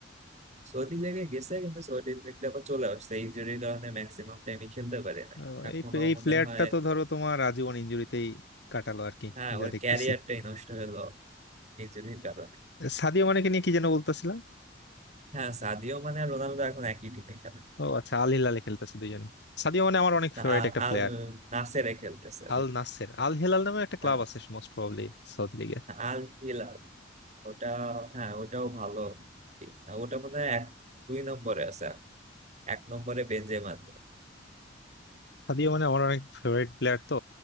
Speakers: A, on the right (about 35°); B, on the left (about 60°).
A: সৌদি লেগে গেছে কিন্তু সৌদি লিগে আবার চলে আসছে ইনজুরির কারণে ম্যাক্সিমাম টাইমই খেলতে পারে না
B: আহ,
A: এখনো
B: এই এই
A: মনে
B: প্লেয়ারটা
A: হয়
B: তো ধরো তোমার আজীবন ইনজুরিতেই কাটালো আর কি
A: হ্যাঁ
B: যা
A: ওর
B: দেখতেছি
A: ক্যারিয়ারটাই নষ্ট হলো ইনজুরির কারণে
B: সাদিও মানেকে নিয়ে কি যেন বলতেছিলাম
A: হ্যাঁ সাদিও মানে আর রোনালদো এখন একই টিমে খেলে
B: ও আচ্ছা আল হিলালে খেলতেছে দুইজনে সাদিও মানে আমার অনেক
A: না,
B: ফেভারিট
A: আল
B: একটা
A: আল
B: player
A: নাসেরে খেলতেছে
B: Al Nassr Al Hilal নামে একটা ক্লাব
A: হ্যাঁ,
B: আছে মোস্ট প্রবাবলি সৌদি লিগে
A: আল হিলাল ওটা হ্যাঁ ওটাও ভালো team না। ওটা মনে হয় এক দুই নম্বরে আছে এক নম্বরে বেনজেমার
B: সাদিও মানে আমার অনেক ফেভারিট প্লেয়ার তো